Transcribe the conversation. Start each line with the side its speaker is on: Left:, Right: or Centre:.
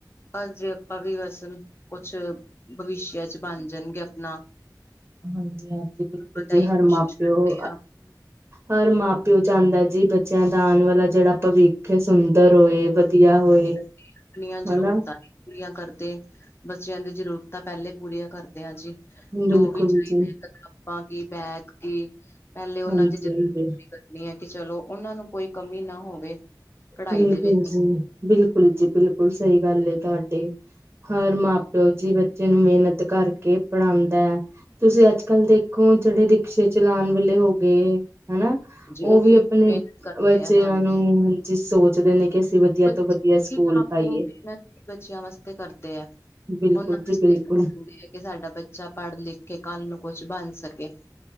Left: ਬਸ ਵੀ ਆਪਾਂ ਵੀ ਬਸ ਕੁਛ ਭਵਿਸ਼ਯ ਚ ਬਣ ਜਾਣਗੇ ਆਪਣਾ
Right: ਹਾਂਜੀ ਹਾਂਜੀ ਬਿਲਕੁਲ
Left: ਪਤਾ
Right: ਜੀ
Left: ਹੀ
Right: ਹਰ
Left: ਕੋਸ਼ਿਸ਼
Right: ਮਾਂ ਪਿਓ
Left: ਕਰਦੇ
Right: ਹਰ ਮਾਂ ਪਿਓ ਚਾਹੁੰਦਾ ਜੀ ਬੱਚਿਆਂ ਦਾ ਆਉਣ ਵਾਲਾ ਜਿਹੜਾ ਭਵਿੱਖ ਹੈ ਸੁੰਦਰ ਹੋਏ ਵਧੀਆ ਹੋਏ।
Left: ਆਪੀਆਂ
Right: ਹਨਾ,
Left: ਜਰੂਰਤਾਂ ਪੂਰੀਆਂ ਕਰਦੇ ਬੱਚਿਆਂ ਦੀ ਜ਼ਰੂਰਤਾਂ ਪਹਿਲੇ ਪੂਰੀਆਂ ਕਰਦੇ ਆ ਜੀ
Right: ਬਿਲਕੁਲ
Left: ਜੋ ਵੀ ਚਾਹੀਦਾ
Right: ਜੀ
Left: ਹੈ ਕਿਤਾਬਾਂ ਕੀ ਬੈਗ ਕੀ ਪਹਿਲੇ
Right: ਹਾਂਜੀ-ਹਾਂਜੀ,
Left: ਉਹਨਾਂ ਦੀ ਜ਼ਰੂਰਤ ਹ ਕਰਨੀ ਹੈ ਕਿ ਚਲੋ ਉਹਨਾਂ ਨੂੰ ਕੋਈ ਕਮੀ ਨਾ ਹੋਵੇ ਪੜ੍ਹਾਈ
Right: ਬਿਲਕੁਲ
Left: ਦੇ ਵਿੱਚ
Right: ਜੀ ਬਿਲਕੁਲ ਜੀ ਬਿਲਕੁਲ ਸਹੀ ਗੱਲ ਤੁਹਾਡੀ ਹਰ ਮਾਂ ਪਿਓ ਜੀ ਬੱਚੇ ਨੂੰ ਮਿਹਨਤ ਕਰਕੇ ਪੜ੍ਹਾਉਂਦਾ ਹੈ ਤੁਸੀਂ ਅੱਜ ਕੱਲ੍ਹ ਦੇਖੋ ਜਿਹੜੇ ਰਿਕਸ਼ੇ ਚਲਾਉਣ ਵਾਲੇੇ ਹੋ ਗਏ ਹਨਾ
Left: ਜੀ
Right: ਉਹ ਵੀ
Left: ਵੇਖੋ
Right: ਆਪਣੇ
Left: ਮਿਹਨਤ ਕਰਦੇ
Right: ਬੱਚਿਆਂ
Left: ਆ ਹਾਂਜੀ
Right: ਨੂੰ ਜ ਸੋਚਦੇ ਨੇ ਕਿ ਅਸੀਂ ਵਧੀਆ
Left: ਮਾਂ
Right: ਤੋਂ ਵਧੀਆ ਸਕੂਲ ਪਾਈਏ।
Left: ਪਿਓ ਮਿਹਨਤ ਬੱਚਿਆਂ ਵਾਸਤੇ ਕਰਦੇ ਹੈ
Right: ਬਿਲਕੁਲ
Left: ਉਹਨਾਂਸਤੇ
Right: ਜੀ ਬਿਲਕੁਲ
Left: ਕ ਮੰਨਦੇ ਆ ਕਿ ਸਾਡਾ ਬੱਚਾ ਪੜ੍ਹ ਲਿਖ ਕੇ ਕੱਲ੍ਹ ਨੂੰ ਕੁਛ ਬਣ ਸਕੇ